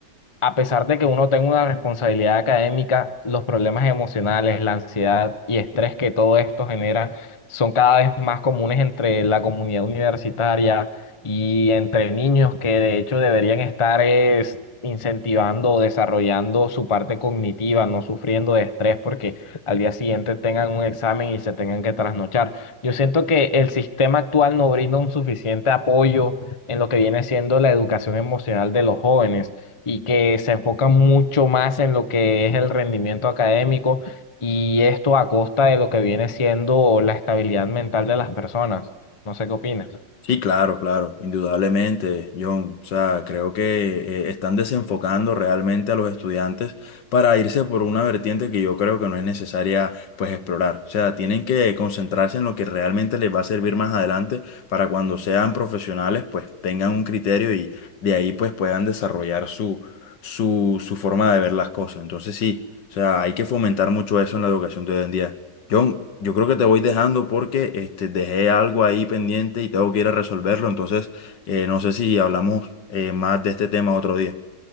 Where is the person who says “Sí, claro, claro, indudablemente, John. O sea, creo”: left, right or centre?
Left